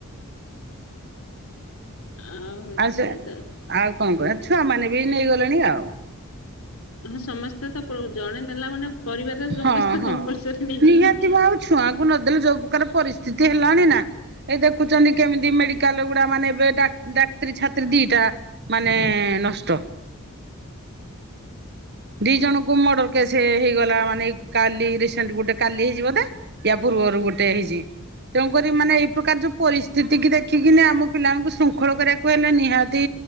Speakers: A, on the left (about 65°); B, on the right (about 50°).
A: ଆ ହଇଛିତା
B: ଆଉ ସେ ଆଉ କଣ କଇବା ଛୁଆ ମାନେ ବି ନେଇଗଲେଣି ଆଉ!
A: ହଁ ସମସ୍ତେ ତ ଜଣେ ନେଲା ମାନେ ପରିବାରରେ ସମସ୍ତେ
B: ହଁ ହଁ
A: କମ୍ପଲସରି ନେଇଯିବେ!
B: ନିହାତି ମ ଆଉ ଛୁଆଙ୍କୁ ନଦେଲେ ଯୋଉ ପ୍ରକାର ପରିସ୍ଥିତି ହେଲାଣିନା ଏ ଦେଖୁଚନ୍ତି କେମିତି ମେଡିକାଲ ଗୁଡା ମାନେ ଏବେ ଡାକ ଡାକ୍ତରୀ ଛାତ୍ରୀ ଦିଟା ମାନେ ନଷ୍ଟ। ଦି ଜଣଙ୍କୁ ମଡର୍ କେସ୍ ହେଇଗଲା ମାନେ କାଲି ରସେଣ୍ଟ ଗୋଟେ କାଲି ହେଇଚି ବୋଧେ? ୟା ପୂର୍ବରୁ ଗୋଟେ ହେଇଚି। ତେଣୁକରି ମାନେ ଏଇ ପ୍ରକାର ଯୋଉ ପରିସ୍ଥିତି କି ଦେଖିକିିନି ଆମ ପିଲାମାନଙ୍କୁ ଶୃଙ୍ଖଳ କରିବାକୁ ହେଲେ ନିହାତି